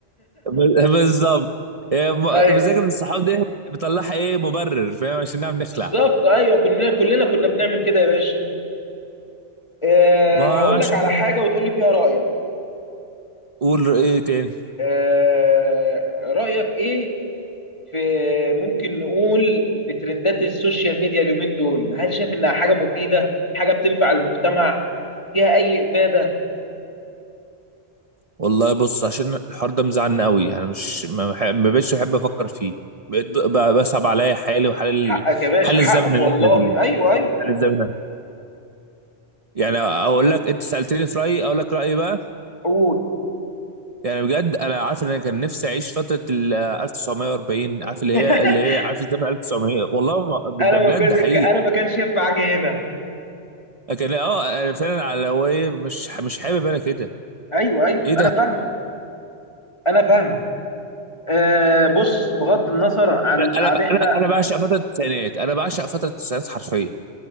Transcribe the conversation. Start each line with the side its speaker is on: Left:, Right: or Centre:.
Right: <laughs> ب- بالظبط إيه، م-
Left: ايوه
Right: مذاكره الصحاب دي بنطلعها ايه مبرر فاهم عشان نعرف نخلع
Left: بالظبط ايوه كلنا كلنا كنا بنعمل كده يا باشا آه،
Right: ما
Left: هقول
Right: عشان
Left: لك على حاجة وتقول لي فيها رأيك
Right: قول ايه تاني
Left: آه، رأيك ايه في ممكن نقول في ترندات السوشيال ميديا اليومين دول هل شايف انها حاجه مفيده حاجه بتنفع المجتمع فيها اي افاده
Right: والله بص عشان الحوار ده مزعلني قوي انا مش ما, بح- ما بقتش بحب افكر فيه بقيت ب- بصعب عليا حالي وحال ال...
Left: حقك يا باشا
Right: حال
Left: حقك
Right: الزمن اللي
Left: والله
Right: احنا فيه
Left: ايوه ايوه
Right: حال الزمن يعني اقول لك انت سالتني في رايي اقول لك رايي بقى
Left: قول
Right: يعني بجد انا عارف ان انا كان نفسي اعيش فتره ال 1940 عارف اللي
Left: <laughs>
Right: هي اللي هي عارف الزمن 1900 والله ما ده
Left: انا ما
Right: بجد
Left: كنت
Right: حقيقي
Left: انا ما كانش ينفع اجي هنا
Right: لكن اه انا فعلا على هو ايه مش مش حابب انا كده
Left: ايوه ايوه
Right: ايه ده
Left: انا فاهمك انا فاهمك أه بص بغض النظر عن
Right: انا انا
Left: عن احنا
Right: انا أنا بعشق فتره التسعينات انا بعشق فتره التسعينات حرفيا